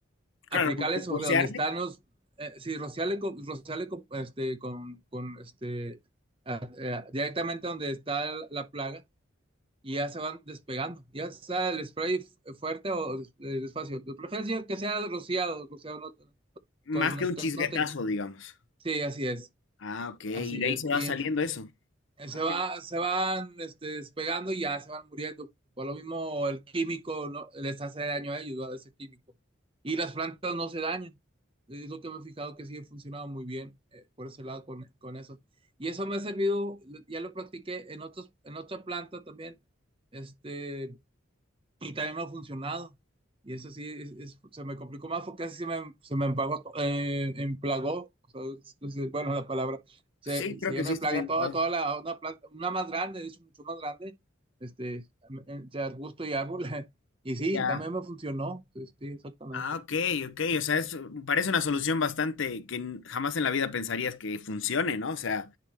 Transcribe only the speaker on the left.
claro, como que
rociarle
más
que un
chisguetazo,
digamos.
Ah, ok, y
de
ahí se va
saliendo
eso.
Ah, ok.
Sí, creo
que sí
está
bien
usado.
Ya.
Ah, ok, ok. O sea, es- parece una solución bastante que n- jamás en la vida pensarías que funcione, ¿no? O sea,